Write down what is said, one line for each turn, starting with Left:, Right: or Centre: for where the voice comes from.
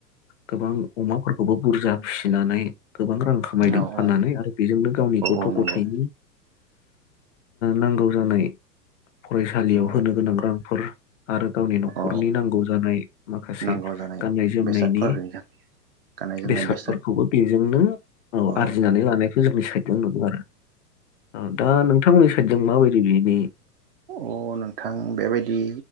Left: गोबां अमाफोरखौबो बुरजा फिसिनानै गोबां रां खामायदों
Right: औ
Left: फाननानै
Right: औ
Left: आरो बेजोंनो गावनि गथ'
Right: औ नंगौ
Left: गथायाइनि नांगौ जानाय फरायसालियाव
Right: औ
Left: होनो गोनां रांफोर आरो गावनि न'खरनि
Right: औ
Left: नांगौ जानाय माखासे
Right: नांगौ जानाय
Left: गाननाय जोमनायनि
Right: बेसादफोर हैगोन गाननाय जोमनाय
Left: बेसादफोरखौबो
Right: बेसाद
Left: बेजोंनो औ
Right: अ
Left: आरजिनानै लानायखौ जोंनि साइदजों नुदों आरो औ दा नोंथ नोंथां मोननि साइडजों माबायदि बिनि
Right: नोंथां बेबायदि